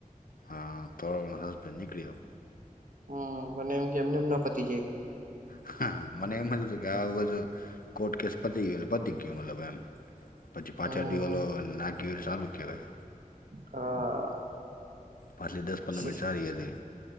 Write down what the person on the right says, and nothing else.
હ મને એમ કે એમને એમ ના પતી જાય.
હમ
હમ
હા
અ. <unintelligible>